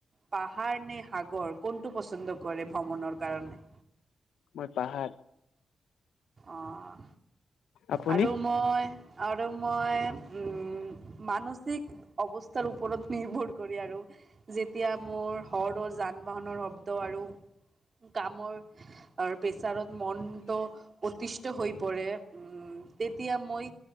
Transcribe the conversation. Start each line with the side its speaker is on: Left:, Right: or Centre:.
Right: পাহাৰ নে সাগৰ কোনটো পচন্দ কৰে ভ্ৰমণৰ কাৰণে?
Left: মই পাহাৰ
Right: অ'।
Left: আপুনি
Right: আৰু মই আৰু মই উম মানচিক অৱস্থাৰো ওপৰত নিৰ্ভৰ কৰে আৰু যেতিয়া মোৰ হৰৰ জান বাহনৰ শব্দ আৰু কামৰ আৰু প্ৰেছাৰত মনটো অতিচ ত হৈ পৰে উম তেতিয়া মই